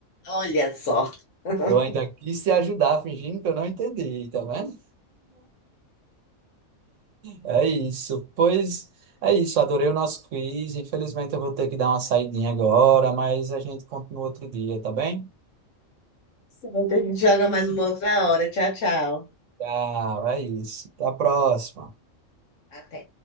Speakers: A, on the left; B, on the right.
A: Olha só. <laughs>
B: Eu ainda quis te ajudar, fingindo que eu não entendi, tá vendo? É isso. Pois é isso. Adorei o nosso quiz. Infelizmente eu vou ter que dar uma saidinha agora, mas a gente continua outro dia, tá bem?
A: Certo, a gente joga mais uma outra hora. Tchau, tchau.
B: Tchau, é isso. Até a próxima.
A: Até.